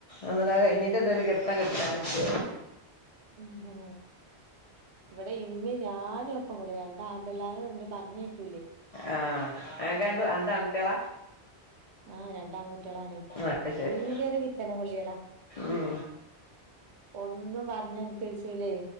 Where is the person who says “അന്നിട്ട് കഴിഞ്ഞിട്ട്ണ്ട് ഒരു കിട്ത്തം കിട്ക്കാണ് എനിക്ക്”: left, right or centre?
Left